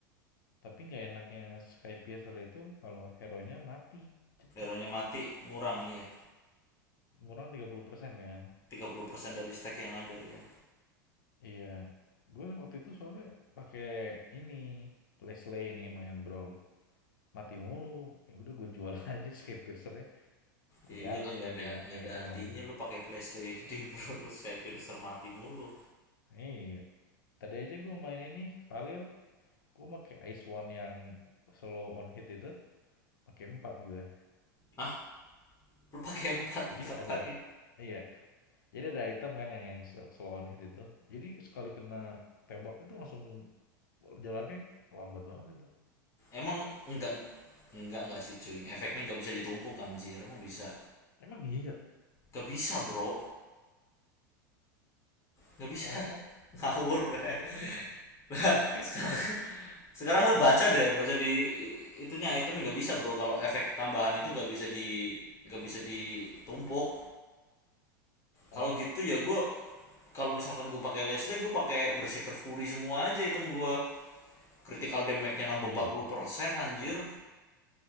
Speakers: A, on the left (about 75°); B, on the left (about 25°).
A: Tapi nggak enaknya Skypiercer itu kalau hero-nya mati cepet,
B: Hero-nya mati, ngurang iya.
A: kurang 30% kan.
B: tiga puluh persen dari stack yang ada ya.
A: Iya, gue waktu itu soalnya pakai ini Leslie ini main Brawl mati mulu. Ya udah gue jual <laughs> aja snapcaster gue
B: Ya
A: ganti
B: iyalah nggak
A: pakai
B: ada nggak ada
A: item
B: artinya
A: lain.
B: lu pakai playlist <laughs> di bro lu Skypiercer mati mulu.
A: Nah, iya, tadi aja gue main ini Valir, gue pakai Ice One yang slow on hit itu, pakai 4 gue.
B: Hah? Lu pakai empat
A: Jadi
B: <laughs> ngapain?
A: ada iya, jadi ada item kan yang yang s- slow on hit itu. Jadi sekali kena tembak itu langsung jalannya lambat banget itu.
B: Emang enggak enggak enggak sih cuy. Efeknya nggak bisa ditumpuk anjir. Emang bisa.
A: Emang iya.
B: Gak bisa, Bro. nggak bisa.
A: Oh,
B: <laughs> Ngawur.
A: terus
B: <laughs>
A: mereka
B: Nah,
A: <laughs> ngefek
B: sekarang
A: dong.
B: sekarang lu baca deh, baca di itunya itemnya nggak bisa, Bro. Kalau efek tambahan itu nggak bisa di nggak bisa ditumpuk.
A: Oh,
B: kalau gitu ya gue kalau misalkan gue pakai Leslie gue pakai Berserker Fury semua aja item gue critical damage-nya nambah
A: iya
B: 40%
A: ya.
B: anjir